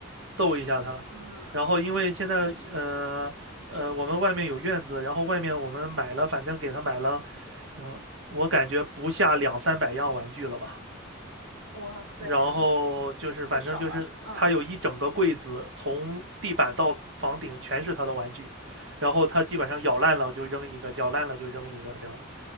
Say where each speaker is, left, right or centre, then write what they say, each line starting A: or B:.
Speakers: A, on the right; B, on the right.
A: 逗一下他。
B: 嗯，
A: 然后因为现在呃呃我们外面有院子，然后外面我们买了，反正给他买了，嗯、我感觉不下两三百样玩具了吧。
B: 哇塞，
A: 然后就是反正就是他有一整个柜子，
B: 真是太爽了，嗯
A: 从地板到房顶全是他的玩具，然后他基本上咬烂了就扔一个，咬烂了就扔一个这样子。